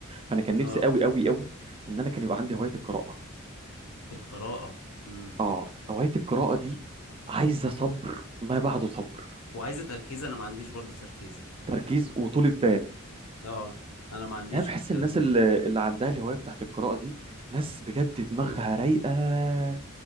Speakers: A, on the right; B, on the left.
A: فانا كان نفسي
B: اه
A: قوي قوي قوي ان انا كان يبقى عندي هوايه القراءه
B: القراءة امم
A: اه هواية القراءة دي عايزة صبر ما بعده صبر
B: وعايزة تركيز انا ما عنديش برضو تركيز
A: تركيز وطولة بال
B: اه انا ما عنديش
A: انا بحس
B: الكلام
A: الناس
B: ده
A: اللي,
B: برضو
A: اللي عندها الهواية بتاعت القراءة دي ناس بجد دماغها رايقة